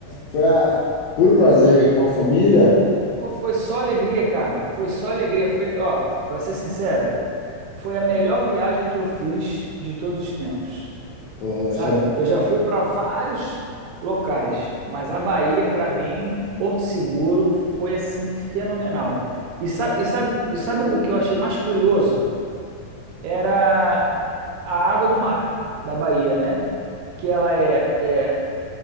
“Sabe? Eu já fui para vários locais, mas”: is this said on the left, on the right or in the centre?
Right